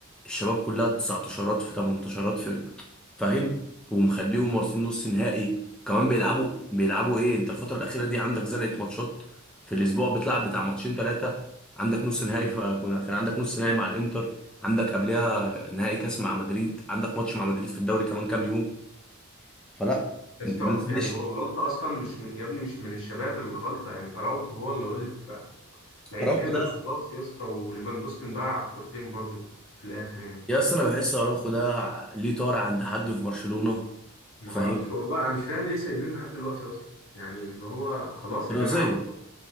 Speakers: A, in the centre; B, on the left.
A: الشباب كلها 19 في 18 في فاهم ومخليهم واصلين نص نهائي وكمان بيلعبوا بيلعبوا ايه انت الفتره الاخيره دي عندك زنقه ماتشات في الاسبوع بتلعب بتاع ماتشين ثلاثه عندك نص نهائي فكان كان عندك نص نهائي مع الانتر عندك قبلها نهائي كاس مع مدريد عندك ماتش مع مدريد في الدوري كمان كام يوم فلا
B: يا
A: انت
B: اسطى
A: ليه تخلي
B: يعني هو الغلطة أصلا مش من- يا ابني مش من الشباب اللي غلطة يعني أراوخو هو اللي غلط لعيب
A: اراوخو
B: كبر
A: ده
B: خلاص يا اسطى وليفاندوسكي مضيع كورتين برضو في الآخر يعني
A: يا اسطى انا بحس اراوخو ده ع- ليه طار عند حد في برشلونه
B: معرفش
A: فاهم
B: والله أنا مش فاهم ليه سايبينه لحد دلوقتي أصلا يعني اللي هو خلاص يا
A: رازيه
B: جماعة